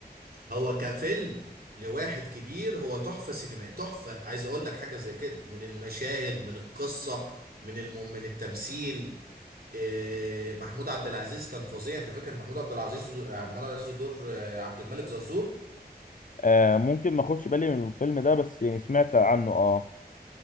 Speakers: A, on the right; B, on the left.
A: هو كفيلم لواحد كبير هو تحفة سينمائية تحفة عايز اقول لك حاجة زي كده من المشاهد من القصة من الم... من التمثيل آه، محمود عبد العزيز كان فظيع انت فاكر محمود عبد العزيز آه، محمود عبد العزيز ودور آه، عبد الملك زرزور
B: آه ممكن ما اخدش بالي من الفيلم ده بس يعني سمعت عنه اه